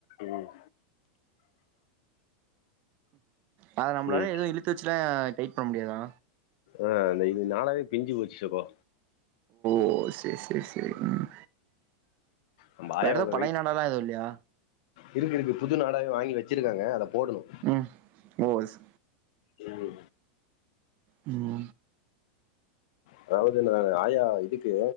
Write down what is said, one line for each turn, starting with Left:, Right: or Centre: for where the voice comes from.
Left: ம்
Right: அத நம்மளால
Left: ம்
Right: எதுவு இழுத்து வச்சலா டைட் பண்ண முடியாதா
Left: ஆ இல்ல இது நாளாவே பிஞ்சு போச்சு சகோ
Right: ஓ சரி சரி சரி ம்
Left: நம்ம ஆயாவோட
Right: வேற எதா பழைய
Left: வெயிட்
Right: நாடால்லா எதுவு இல்லையா
Left: இருக்கு இருக்கு புது நாடாவே வாங்கி வச்சிருக்காங்க அத போடணு
Right: ம் ஓ ஐஸி
Left: ம்
Right: ம்
Left: அதாவது நா ஆயாஇதுக்கு